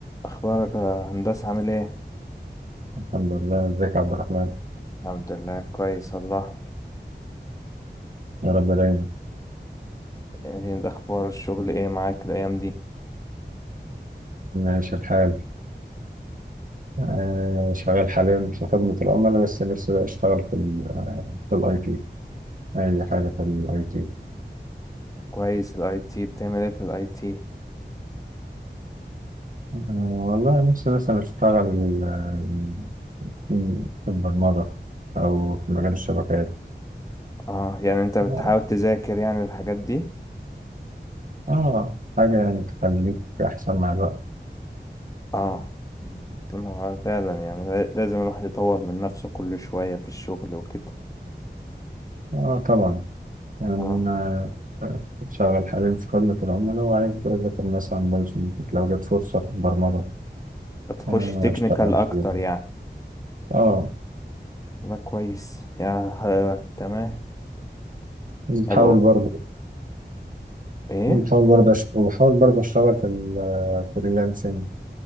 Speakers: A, on the left; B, on the right.
A: اخبارك يا هندسة عامل ايه
B: الحمد لله ازيك يا عبد الرحمن
A: الحمد لله كويس والله
B: يا رب دايما
A: ايه اخبار الشغل ايه معاك الايام دي
B: ماشي الحال آه شغال حاليا في خدمة العملاء بس نفسي بقى اشتغل في ال في الاي تي اي حاجة في الاي تي
A: كويس الاي تي بتعمل ايه في الاي تي
B: آه والله نفسي مثلا اشتغل آه، في البرمجة او في مجال الشبكات
A: اه يعني انت بتحاول
B: اه
A: تذاكر يعني الحاجات دي
B: آه، حاجة يعني تخليك احسن مع الوقت
A: اه ما هو فعلا يعني لا- لازم الواحد يطور من نفسه كل شوية في الشغل وكده
B: اه طبعا يعني
A: اه
B: انا آه، شغال حاليا في خدمة العملاء وعايز اذاكر مثلا بايثون لو جت فرصة في البرمجة
A: بتخش
B: آه،
A: تكنيكال
B: اشتغل
A: اكتر
B: فيها
A: يعني
B: اه
A: ده كويس يا ح- تمام
B: بحاول
A: ابقى
B: برضه
A: ايه
B: بحاول برضه أش... وبحاول برضه اشتغل في ال في الفريلانسنج